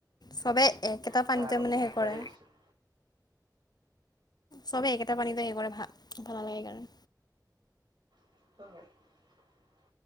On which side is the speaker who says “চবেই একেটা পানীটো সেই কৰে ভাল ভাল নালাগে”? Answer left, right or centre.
Left